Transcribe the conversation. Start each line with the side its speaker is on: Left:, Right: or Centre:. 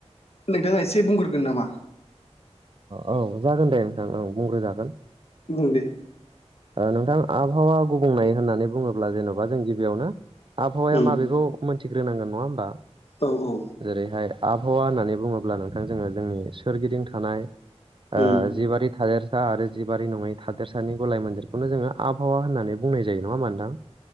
Left: नोंथाङा एसे बुंग्रोगोन नामा
Right: औ जागोन दे नोंथां औ बुंग्रो जागोन
Left: बुं दे
Right: नोंथां आबहावा गुबुंनाय होननानै बुङोब्ला जेन'बा जों गिबियावनो आबहावाया
Left: उम
Right: माबेखौ मोनथिग्रोनांगोन नङा होमबा
Left: औ औ
Right: जेरैहाय आबहावा होननानै बुङोब्ला नोंथां जोङो जोंनि सोरगिदिं थानाय आ
Left: उम
Right: जि बादि थालेर सा आरो जिबारि नङै थादेरसानि गलाय मोनजिरखौनो जोङो आबहावा होननानै बुंनाय जायो नङा होमबा नोंथां